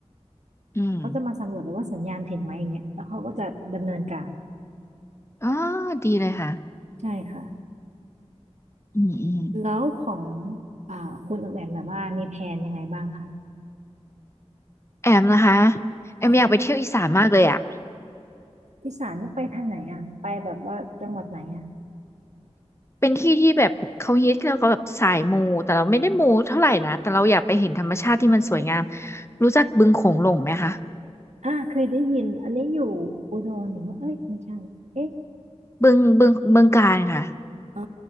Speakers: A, on the left; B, on the right.
A: อืม
B: เขาจะมาสำรวจแล้วว่าสัญญาณถึงไหมอย่างเงี้ยแล้วเขาก็จะดำเนินการ
A: อ๋อดีเลยค่ะ
B: ใช่ค่ะ
A: อืมอืม
B: แล้วของอ่าคุณออมแอมแบบว่ามีแผนยังไงบ้างคะ
A: แอมนะคะแอมอยากไปเที่ยวอีสานมากเลยอ่ะ
B: ค่ะอีสานนี่ไปทางไหนอ่ะไปแบบว่าจังหวัดไหนอ่ะ
A: เป็นที่ที่แบบเขาฮิตแล้วก็แบบสายมูแต่เราไม่ได้มูเท่าไหร่นะแต่เราอยากไปเห็นธรรมชาติที่มันสวยงามรู้จักบึงโขงหลงไหมคะ
B: อ่าเคยได้ยินอันนี้อยู่อุดรหรือว่าเอ้ยไม่ใช่เอ๊ะ
A: บึงบึงบึงกาฬค่ะ
B: อ๋อ